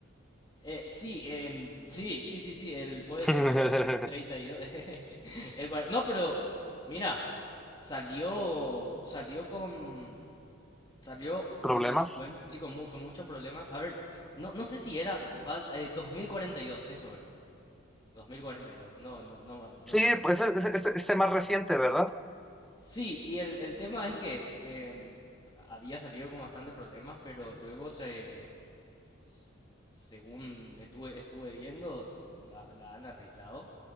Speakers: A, on the left (about 20°); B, in the centre.
A: Eh, sí, em, sí, sí, sí, sí, el, puede
B: <laughs>
A: ser el, el 32. <laughs> el cual- no, pero mira, salió, salió con, salió muy,
B: Problemas.
A: muy bueno, sí, con, mu- con muchos problemas. A ver, no, no sé si era Val- eh, dos. mil cuarenta y dos, eso era, 2042. no, no, no, va- no,
B: Sí, pues es, es- es- es tema reciente, ¿verdad?
A: Sí, y el, el tema es que em, había salido con bastante problemas, pero luego se, s- según estuve, estuve viendo, s- la, la han arreglado